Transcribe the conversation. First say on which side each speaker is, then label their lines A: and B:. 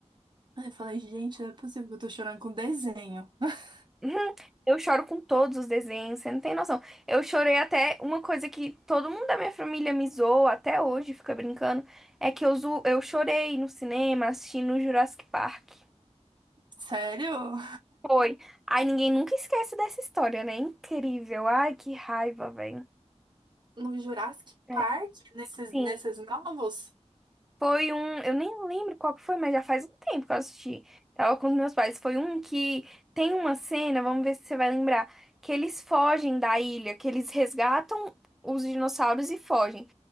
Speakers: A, on the right; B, in the centre.
A: Aí Eu falei, gente, não é possível que eu tô chorando com desenho. <laughs>
B: Uhum. Eu choro com todos os desenhos, você não tem noção. Eu chorei até uma coisa que todo mundo da minha família me zoa até hoje, fica brincando, é que eu, zo... eu chorei no cinema assistindo Jurassic Park.
A: Sério?
B: Foi. Ai, ninguém nunca esquece dessa história, né? Incrível. Ai, que raiva, velho.
A: No Jurassic
B: É,
A: Park? Nesses,
B: sim.
A: nesses novos?
B: Foi um. Eu nem lembro qual que foi, mas já faz um tempo que eu assisti. Tava com os meus pais. Foi um que tem uma cena, vamos ver se você vai lembrar, que eles fogem da ilha, que eles resgatam os dinossauros e fogem.